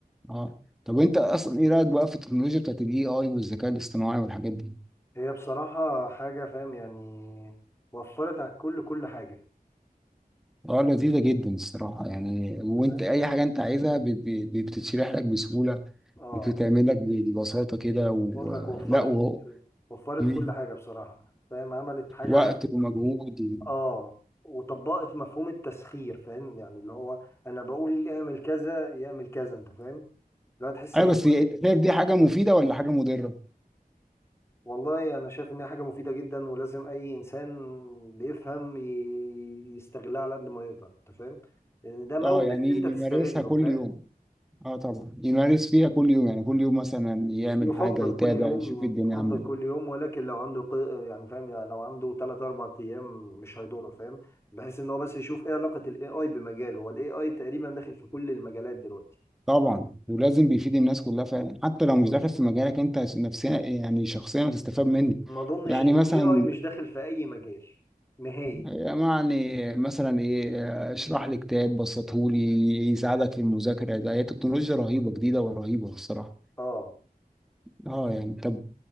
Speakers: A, in the centre; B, on the left (about 15°).
A: اه طب انت اصلا ايه رايك بقى في التكنولوجيا بتاعت الاي اي والذكاء الاصطناعي والحاجات دي
B: هي بصراحة حاجة فاهم يعني وفرت على الكل كل حاجة
A: اه لذيذه جدا الصراحه يعني وانت
B: فاهم
A: اي حاجه انت عايزها ب... ب... ب- بتتشرح لك بسهوله
B: اه
A: وبتتعمل لك ببساطه كده ولا
B: بقول لك وفرت
A: وهو
B: وفرت
A: مم.
B: كل حاجة بصراحة فاهم عملت حاجة
A: وقت ومجهود
B: يعني اه وطبقت مفهوم التسخير فاهم يعني اللي هو انا بقول يعمل كذا يعمل كذا انت فاهم لا تحس
A: ايوه
B: ان
A: بس هي- انت شايف دي حاجه مفيده ولا حاجه مضره
B: والله انا شايف انها حاجة مفيدة جدا ولازم اي انسان بيفهم ي- يستغلها على قد ما يقدر انت فاهم لان ده مورد
A: اه يعني
B: انت
A: يمارسها
B: تستغله
A: كل
B: فاهم؟
A: يوم اه طبعا يمارس فيها كل يوم يعني كل يوم مثلا يعمل
B: يفضل
A: حاجه يتابع
B: كل يوم
A: يشوف الدنيا
B: يفضل
A: عامله
B: كل
A: إيه.
B: يوم ولكن لو عنده ق- يعني فاهم يعني لو عنده 3 4 ايام مش هيضره فاهم بحيث ان هو بس يشوف ايه علاقة الاي اي بمجاله هو الاي اي تقريبا داخل في كل المجالات دلوقتي
A: طبعا ولازم بيفيد الناس كلها فعلا حتى
B: بالظبط
A: لو مش داخل في مجالك انت نفسيا يعني شخصيا هتستفاد منه
B: ما اظنش
A: يعني
B: ان الاي
A: مثلا
B: اي مش داخل في اي مجال نهائي
A: يعني مثلا ايه اشرح لي كتاب بسطهولي يساعدك في المذاكره ده هي تكنولوجيا رهيبه جديده ورهيبه الصراحه
B: اه
A: اه يعني طب